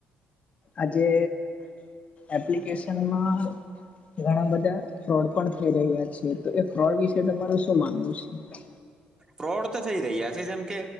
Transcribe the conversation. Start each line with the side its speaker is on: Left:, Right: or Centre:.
Left: આજે એપ્લિકેશનમાં ઘણા બધા ફ્રોડ પણ થઈ રહ્યા છે. તો એ ફ્રોડ વિશે તમાર શું માનવું છે?
Right: ફ્રોડ તો થઈ રહ્યા છે જેમ કે